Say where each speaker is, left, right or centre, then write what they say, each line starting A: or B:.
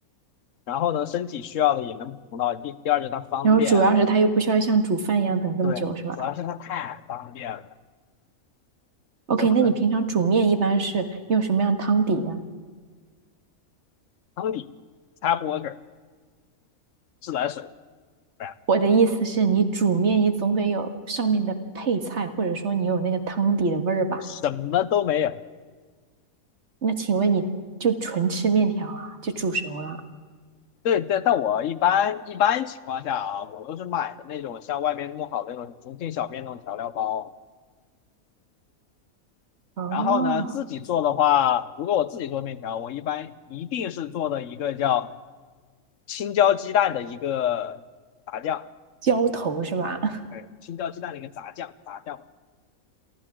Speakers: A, on the left (about 60°); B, on the right (about 50°).
A: 然后呢，身体需要的也能补充到。第第二就是它方便啊，
B: 然后主要是它又不需要像煮饭一样等这么久，
A: 对，
B: 是吧
A: 主要是它太方便了，
B: ？OK，
A: 就很
B: 那你平常煮面一般是用什么样汤底呢？
A: 汤底、tap water、自来水，对啊
B: 我的意思是你煮面，你总得有上面的配菜，或者说你有那个汤底的味儿吧？
A: 什么都没有。
B: 那请问你就纯吃面条啊？就煮熟了？
A: 对对，但我一般一般情况下啊，我都是买的那种像外面弄好的那种重庆小面那种调料包。
B: 哦，
A: 然后呢，自己做的话，如果我自己做面条，我一般一定是做的一个叫青椒鸡蛋的一个炸酱，
B: 浇头是吧？<laughs>
A: 哎，青椒鸡蛋的一个炸酱，炸酱。